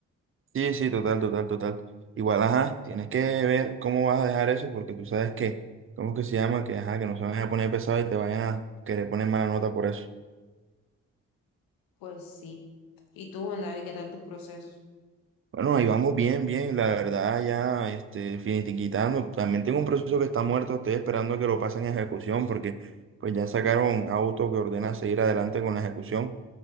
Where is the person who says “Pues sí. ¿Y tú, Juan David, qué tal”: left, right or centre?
Left